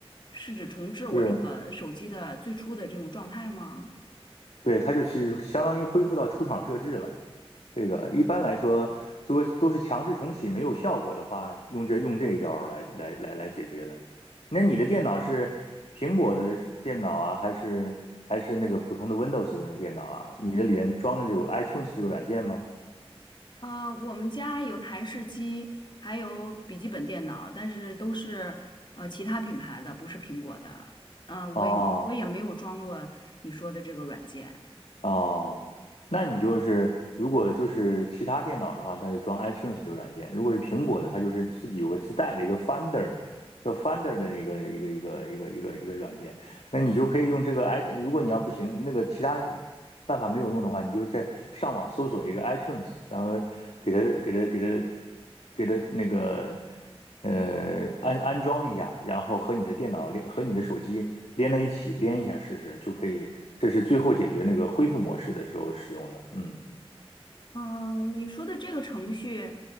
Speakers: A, on the left (about 50°); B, on the left (about 85°).
A: 是指重置我这个手机的最初的这种状态吗？
B: 就是对，它就是相当于恢复到出厂设置了。这个一般来说，如果都是强制重启没有效果的话，用这用这一招儿来来来来解决的。那你的电脑是苹果的电脑啊，还是还是那个普通的 Windows 的电脑啊？你的里面装的有 iTunes 这个软件吗？
A: 呃，我们家有台式机，还有笔记本电脑，但是都是呃其他品牌的，不是苹果的。嗯、
B: 哦，
A: 我也我也没有装过你说的这个软件。
B: 哦，那你就是如果就是其他电脑的话，那就装 iTunes 这个软件；如果是苹果的，它就是自己有个自带的一个 Finder，叫 Finder 的那个一个一个一个一个一个软件。那你就可以用这个 i，如果你要不行，那个其他办法没有用的话，你就在上网搜索一个 iTunes，然后给它给它给它给它那个。呃，安安装一下，然后和你的电脑连和你的手机连在一起，连一下试试就可以。这是最后解决那个恢复模式的时候使用的。嗯，
A: 嗯，你说的这个程序，